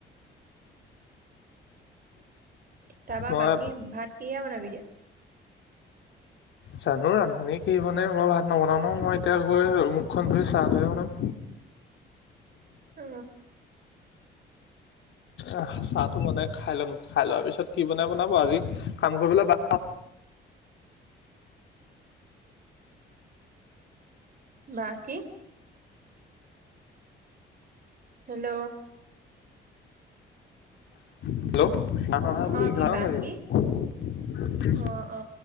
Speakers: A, on the right (about 45°); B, on the left (about 70°).
A: তাৰপৰা
B: মই
A: বাকী, ভাত কিহে বনাবিগে এতিয়া?
B: জানো ৰান্ধনীয়ে কি বনাই। মই ভাত নবনাও নহয়। মই এতিয়া গৈ মুখখন ধুই চাহটোহে বনাম।
A: অ।
B: আহ, চাহটো বনাই খাই লম। খাই লোৱাৰ পিছত কি বনাই বনাব। আজি কাম কৰিবলৈ বা
A: বা কি হেল্ল'।
B: হেল্ল' নাহ অই
A: অ কি বাহ
B: বোলো,
A: কি
B: এঘাৰমান বাজিব।
A: অ অ।